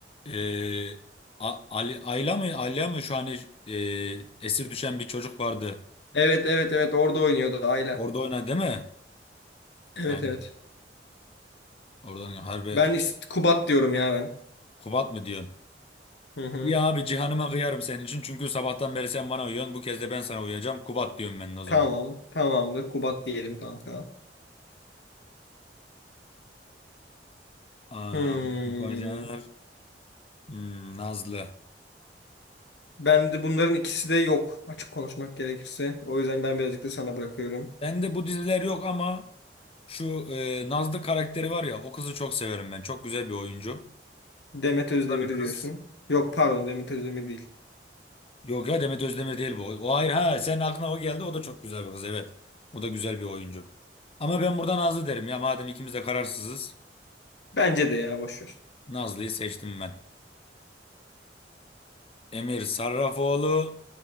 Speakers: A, on the left; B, on the left.
A: Ee, A- Ali, Ayla mı? Ayla mı? Şu an e, esir düşen bir çocuk vardı.
B: Evet evet evet orada oynuyordu Ayla.
A: Orada oynadı değil mi?
B: Evet
A: Aynen.
B: evet.
A: Oradan harbi
B: Ben is- Kubat diyorum ya ben.
A: Kubat mı diyorsun?
B: Hı hı.
A: Ya abi Cihan'ıma kıyarım senin için. Çünkü sabahtan beri sen bana uyuyorsun. Bu kez de ben sana uyuyacağım. Kubat diyorum ben de o zaman.
B: Tamam tamamdır Kubat diyelim kanka.
A: Aa,
B: Hmm.
A: Kocaer. Hmm, Nazlı.
B: Ben de bunların ikisi de yok açık konuşmak gerekirse. O yüzden ben birazcık da sana bırakıyorum.
A: Bende bu diziler yok ama şu e, Nazlı karakteri var ya o kızı çok severim ben. Çok güzel bir oyuncu.
B: Demet Özdemir
A: Bu da bir kız.
B: diyorsun. Yok pardon Demet Özdemir değil.
A: Yok ya Demet Özdemir değil bu. O hayır ha senin aklına o geldi o da çok güzel bir kız evet. O da güzel bir oyuncu. Ama ben burada Nazlı derim ya madem ikimiz de kararsızız.
B: Bence de ya boş ver.
A: Nazlı'yı seçtim ben. Emir Sarrafoğlu,